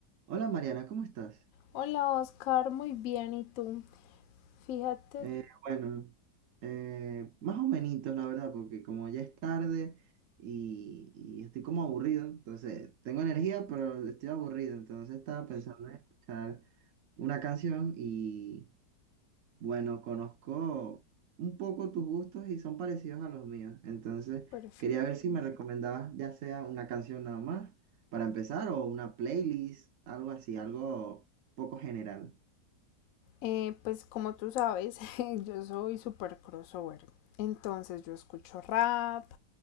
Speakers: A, on the right; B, on the left.
A: Hola Mariana, ¿cómo estás?
B: Hola Oscar, muy bien, ¿y tú? Fíjate,
A: Eh, bueno, eh, más o menos, la verdad, porque como ya es tarde y, y estoy como aburrido, entonces tengo energía, pero estoy aburrido, entonces estaba pensando en escuchar una canción y bueno, conozco un poco tus gustos y son parecidos a los míos, entonces
B: Perfecto.
A: quería ver si me recomendabas ya sea una canción nada más para empezar o una playlist, algo así, algo poco general.
B: eh, pues como tú sabes, <laughs> yo soy super crossover, entonces yo escucho rap,